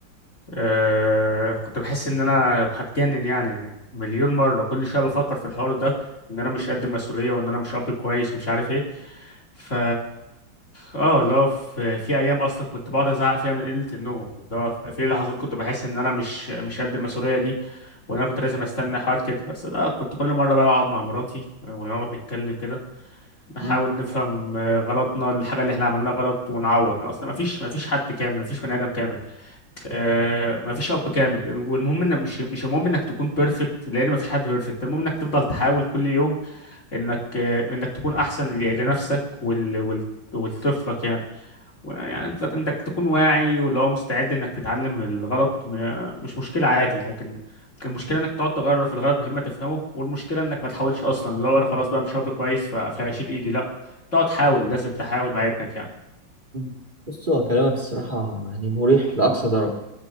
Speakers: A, on the left (about 40°); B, on the right (about 25°).
A: أه كنت بحس ان انا هتجنن يعني يعني مليون مره كل شويه بفكر في الحوار ده ان انا مش قد المسؤوليه وان انا مش اب كويس ومش عارف ايه ف اه اللي هو في, في ايام اصلا كنت بقعد ازعق فيها من قله النوم اللي هو في لحظات كنت بحس ان انا مش مش قد المسؤوليه دي وان انا كنت لازم استنى حوار كده بس ده كنت كل مره بقى بقعد مع مراتي ونقعد نتكلم كده نحاول
B: مم.
A: نفهم آه، غلطنا الحاجه اللي احنا عملناها غلط ونعوض اصلا ما فيش ما فيش حد كامل ما فيش بني ادم كامل آه مفيش اب كامل والمهم ان مش مش المهم انك تكون بيرفكت لان مفيش حد بيرفكت المهم انك تفضل تحاول كل يوم انك آه انك تكون احسن ل- لنفسك وال وال ولطفلك يعني و- يعني انت انك تكون واعي واللي هو مستعد انك تتعلم من الغلط م- مش مشكله عادي لكن المشكله انك تقعد تغير في الغلط من غير ما تفهمه والمشكله انك ما تحاولش اصلا اللي هو انا خلاص بقى مش اب كويس ف- فهشيل ايدي لا تقعد تحاول لازم تحاول مع ابنك يعني
B: مم. بص هو كلامك الصراحة يعني مريح لأقصى درجة